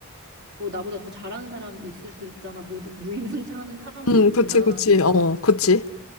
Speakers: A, on the right (about 50°); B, on the left (about 80°).
A: 뭐 나보다 더 잘하는 사람 있을 수 있잖아. 무, 무임승차 하는 사람도
B: 응,
A: 있지만.
B: 그치, 그치, 어, 그치.